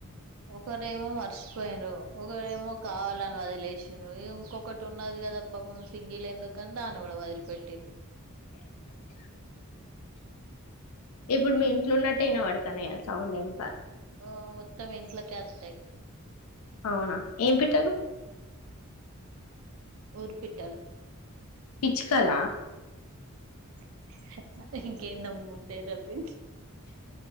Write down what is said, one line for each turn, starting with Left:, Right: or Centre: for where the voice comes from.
Right: ఒకరేమో వర్ష్ పోయిండ్రు ఒకరేమో కావాలని వదిలేసిన్రు ఇంకొకటి ఉన్నది కదా పాపం. సింగిలు ఎందుకు అని దాన్ని కూడా వదిలి పెట్టిండు.
Left: ఇప్పుడు మీ ఇంట్లో ఉన్నట్ అయినా పడుతన్నాయ ఆ సౌండ్ ఏం కాదు టీక్
Right: ఓ మొత్తం ఇంట్లాకే వత్తయి.
Left: అవునా ఏం పెట్టారు.
Right: ఊరుపెట్టాలు
Left: పిచ్చుకల
Right: ఉమ్ ఇంకేంద ముడర పి